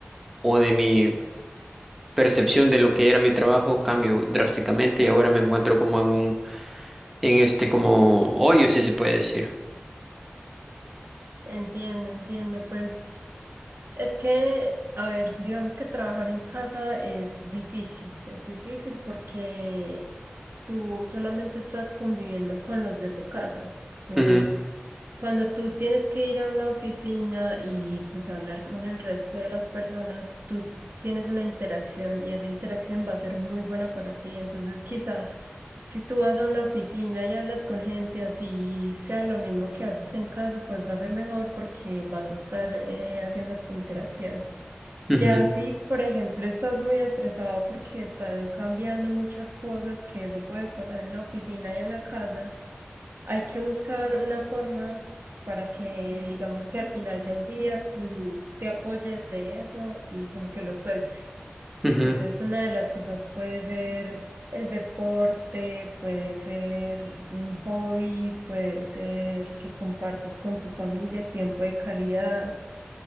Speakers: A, in the centre; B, on the right.
A: o de mi percepción de lo que era mi trabajo cambió drásticamente y ahora me encuentro como en un, en este como hoyo, si se puede decir.
B: Entiendo, entiendo. Pues es que, a ver, digamos que trabajar en casa es difícil, es difícil porque tú solamente estás conviviendo con los de tu casa. Entonces,
A: Ujú,
B: Cuando tú tienes que ir a una oficina y pues hablar con el resto de las personas, tú tienes una interacción y esa interacción va a ser muy buena para ti. Entonces, quizá si tú vas a una oficina y hablas con gente así, sea lo mismo que haces en casa, pues va a ser mejor porque vas a estar eh, haciendo tu interacción. Ya
A: ujú,
B: si, por ejemplo, estás muy estresado porque están cambiando muchas cosas, que eso puede pasar en la oficina y en la casa. Hay que buscar una forma para que digamos que al final del día tú te apoyes de eso y como que lo sueltes.
A: ujú.
B: Entonces, una de las cosas puede ser el deporte, puede ser un hobby, puede ser que compartas con tu familia tiempo de calidad.